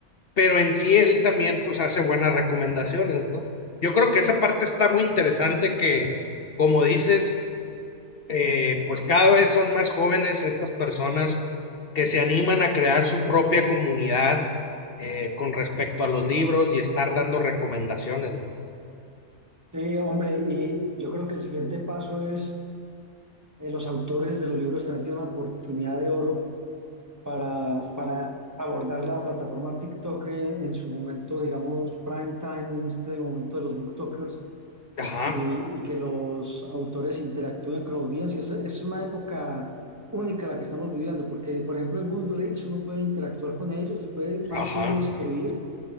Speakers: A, on the left (about 50°); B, on the right (about 15°).
A: pero en sí él también pues hace buenas recomendaciones, ¿no? Yo creo que esa parte está muy interesante que, como dices, eh, pues cada vez son más jóvenes estas personas que se animan a crear su propia comunidad eh, con respecto a los libros y estar dando recomendaciones. ¿no?
B: Sí, hombre, y yo creo que el siguiente paso es eh, los autores de los libros también tienen una oportunidad de oro para, para abordar la plataforma TikTok eh, en su momento, digamos, prime time, en este momento de los booktokers,
A: Ajá,
B: y, y que los autores interactúen con la audiencia. Es, es una época única la que estamos viviendo, porque, por ejemplo, en Goodreads uno puede interactuar con ellos, les puede mal
A: ajá.
B: que bien escribir,